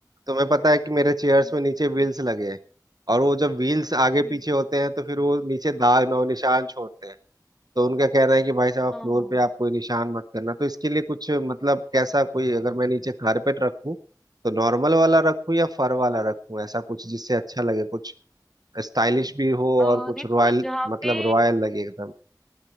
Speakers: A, on the right; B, in the centre.
A: तुम्हें पता है कि मेरे चेयर्स
B: हम्म
A: में नीचे व्हील्स लगे हैं और वो जब व्हील्स आगे
B: हम्म
A: पीछे होते हैं तो फिर वो नीचे दाग नौ निशान छोड़ते हैं तो उनका कहना है कि भाई साहब
B: हाँ
A: फ्लोर
B: हाँ
A: पे आप कोई निशान मत करना तो इसके लिए कुछ मतलब कैसा कोई अगर मैं नीचे कारपेट रखूं तो नॉर्मल वाला रखूं या फर वाला रखूं ऐसा कुछ जिससे अच्छा लगे कुछ स्टाइलिश भी हो
B: अ,
A: और कुछ
B: देखो
A: रॉयल
B: जहाँ
A: मतलब
B: पे
A: रॉयल लगे एकदम